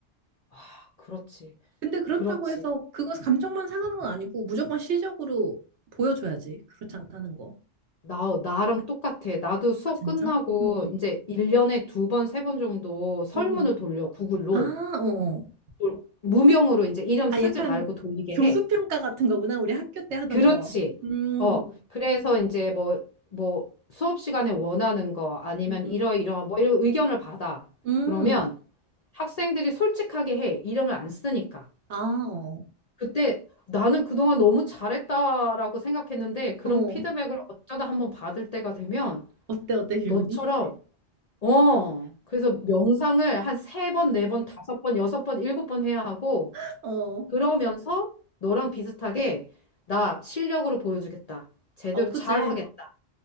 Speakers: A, on the left; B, on the right.
A: 아, 그렇지.
B: 근데 그렇다고
A: 그렇지.
B: 해서 그거 감정만 상하는 건 아니고 무조건 시적으로 보여줘야지. 그렇지 않다는 거.
A: 나, 나랑 똑같아. 나도 수업
B: 아, 진짜?
A: 끝나고
B: 응응.
A: 이제 1년에 두 번, 세 번 정도 설문을
B: 응응.
A: 돌려, 구글로.
B: 아, 어. 어.
A: 돌- 무명으로 이제 이름
B: 아,
A: 쓰지
B: 약간
A: 말고 돌리게
B: 교수
A: 해.
B: 평가 같은 거구나. 우리 학교 때 하던
A: 그렇지.
B: 거. 음.
A: 어, 그래서 이제 뭐, 뭐 수업 시간에 원하는 거 아니면
B: 응 응.
A: 이러이러한 뭐 이런 의견을 받아.
B: 음,
A: 그러면 학생들이 솔직하게 해. 이름을 안 쓰니까.
B: 아, 어.
A: 그때 나는 그동안 너무 잘했다라고 생각했는데 그런
B: 어.
A: 피드백을 어쩌다 한번 받을 때가 되면
B: 어때, 어때, 기분이?
A: 너처럼 어, 그래서 명상을 한 세 번, 네 번, 다섯 번, 여섯 번, 일곱 번 해야 하고,
B: <laughs> 어.
A: 그러면서 너랑 비슷하게 나 실력으로 보여주겠다. 제대로
B: 아, 그지.
A: 잘 하겠다.